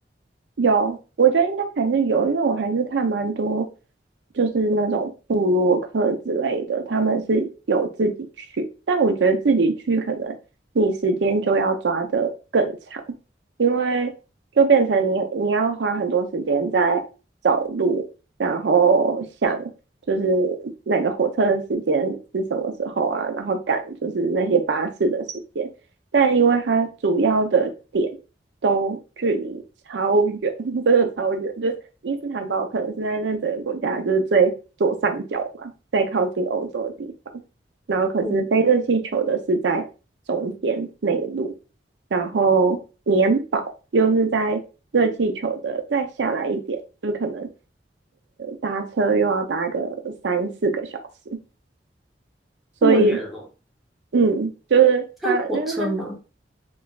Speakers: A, on the right (about 80°); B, in the centre.
A: 有，我觉得应该还是有，因为我还是看蛮多，就是那种部落客之类的，他们是有自己去，但我觉得自己去可能你时间就要抓得更长，因为就变成你你要花很多时间在找路，然后想就是那个火车的时间是什么时候啊，然后赶就是那些巴士的时间。但因为它主要的点都距离超远，<laughs> 真的超远。就是伊斯坦堡可能是在那整个国家就是最左上角嘛，在靠近欧洲的地方。然后可是飞热气球的是在中间内陆，
B: 嗯，
A: 然后棉堡又是在热气球的再下来一点，就可能搭车又要搭个三四个小时。所以，
B: 那么远哦，
A: 嗯，就是它，
B: 它有火车吗？
A: 因为它